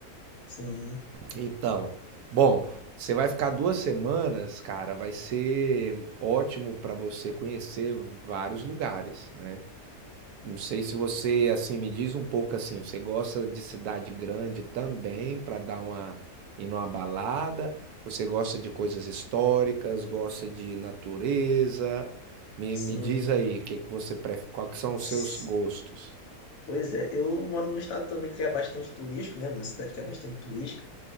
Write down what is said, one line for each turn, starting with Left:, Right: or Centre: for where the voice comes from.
Left: Sim,
Right: Então, bom, você vai ficar duas semanas, cara, vai ser ótimo para você conhecer vários lugares, né? Não sei se você, assim, me diz um pouco assim, você gosta de cidade grande também para dar uma ir numa balada? Você gosta de coisas históricas, gosta de natureza? Me,
Left: sim.
Right: me diz aí, que que você prefere, quais que são os
Left: S-
Right: seus gostos?
Left: Pois é, eu moro num estado também que é bastante turístico, né? Uma cidade que é bastante turística.